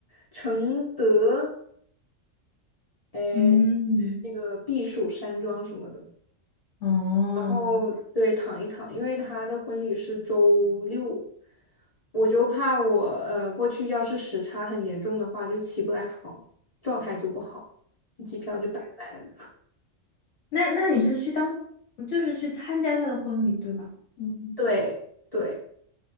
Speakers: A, on the left; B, on the left.
A: 承德。呃，
B: 嗯，
A: 那个避暑山庄什么的，
B: 哦，
A: 然后对躺一躺，因为他的婚礼是周六，我就怕我呃过去要是时差很严重的话，就起不来床，状态就不好，机票就白买了。
B: 那那你是去当，就是去参加他的婚礼，对吧？嗯，
A: 对对，